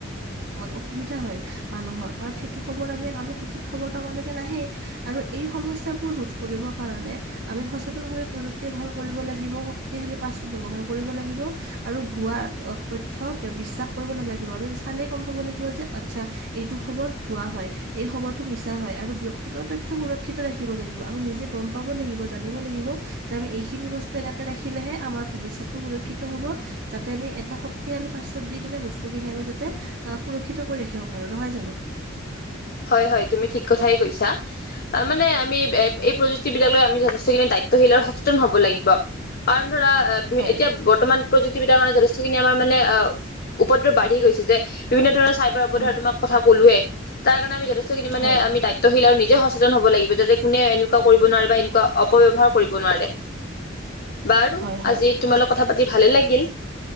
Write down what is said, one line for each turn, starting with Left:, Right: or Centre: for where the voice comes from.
Right: অসুবিধা হয় মানুহৰ কাৰণ, সেইটো খবৰ আমি আমি সঠিক খবৰ আমাৰলৈকে নাহেই আৰু এই সমস্যাবোৰ ৰোধ কৰিব কাৰণে আমি সচেতন ভাৱে প্ৰযুক্তি ব্যৱহাৰ কৰিব লাগিব, শক্তিশালী পাছৱৰ্ড ব্যৱহাৰ কৰিব লাগিব, আৰু ভুৱা তথ্য বিশ্বাস কৰিব নালাগিব আমি চালে গম পাব লাগিব যে আচ্ছা এইটো খবৰ ভুৱা হয়। এই খবৰটো মি ছা হয়, আৰু ব্যক্তিগত তথ্য সুৰক্ষিত ৰাখিব লাগিব আমি নিজে গম পাব লাগিব জানিব লাগিব। যে আমি এইখিনি বস্তু এনেকে ৰাখিলেহে আমাৰ ভৱিষ্যতটো সুৰক্ষিত হব যাতে আমি এটা শক্তিশালী পা ছৱৰ্ড দি কিনে বস্তুখিনি আমি যাতে সুৰক্ষিত কৰি ৰাখিব পাৰো নহয় জানো
Left: হয় হয় তুমি ঠিক কথাই কৈছা। মানে আমি এই প্ৰ- যুক্তিবিদ্যা লৈ আমি যথেষ্টখিনি দায়িত্বশীল আৰু সচেতন হব লাগিব কাৰণ, ধৰা
Right: হয়,
Left: এতিয়া বৰ্তমান প্ৰযুক্তিবিদ্যাৰ মানে যেষ্টখিনি আমাৰ মানে উপদ্ৰৱ বাঢ়ি গৈছে যে বিভিন্ন ধৰণৰ চাইবাৰ অপধাৰ
Right: উম
Left: তোমাক কথা কলোৱে। তাৰ কাৰণে আমি যথেষ্টখিনি মানে
Right: হয়,
Left: আমি দায়িত্বীল আৰু নিজে সচেতন হব লাগিব। যে কোনে কৰিব নোৱাৰে বা
Right: উম
Left: এনেকুৱা অপব্যৱহাৰ কৰিব নোৱাৰে। বাৰু
Right: হয় হয়
Left: আজি তোমাৰ লগত কথা পাতি ভালে লাগিল